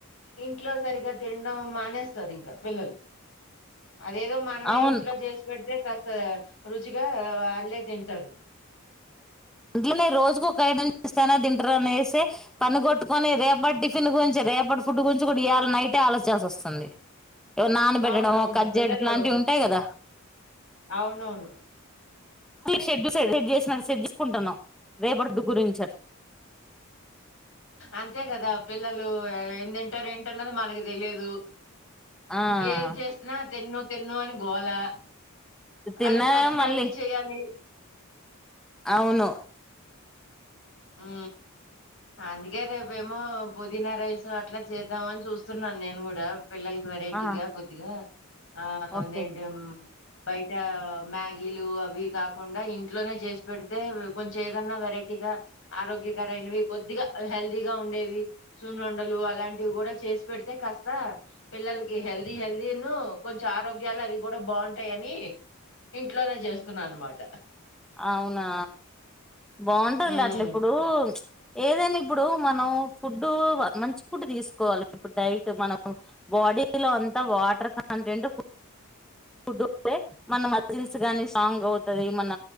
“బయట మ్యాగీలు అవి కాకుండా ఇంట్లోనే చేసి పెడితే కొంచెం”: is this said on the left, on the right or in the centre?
Left